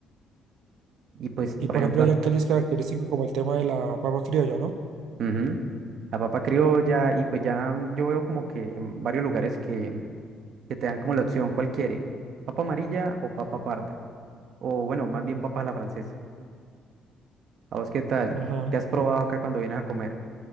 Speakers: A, on the right (about 55°); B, on the right (about 70°).
A: Y pues,
B: y
A: por
B: por
A: ejemplo,
B: ejemplo, ya en Cali es característico como el tema de la papa criolla, ¿no?
A: Ujú. La papa criolla, y pues ya mm, yo veo como que en varios lugares que, mm, que te dan como la opción, ¿cuál quiere? ¿Papa amarilla o papa parda? O bueno, más bien papa a la francesa. ¿A vos qué tal?
B: Ajá.
A: ¿Qué has probado acá cuando vienes a comer?